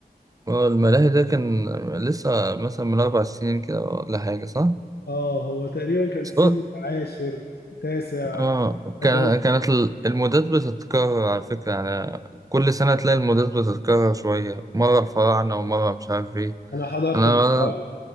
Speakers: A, on the right (about 20°); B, on the left (about 75°).
A: آه، الملاهي ده كان لسه مثلا من أربع سنين كده ولا حاجة صح؟
B: اه هو تقريبا كان السيزون
A: صوت
B: العاشر تاسع
A: اه كان-
B: أدو...
A: كانت ال- المودات بتتكرر على فكرة يعني كل سنة تلاقي المودات بتتكرر شوية مرة الفراعنة ومرة مش عارف ايه
B: انا حضرت
A: أنا
B: البتاع
A: اه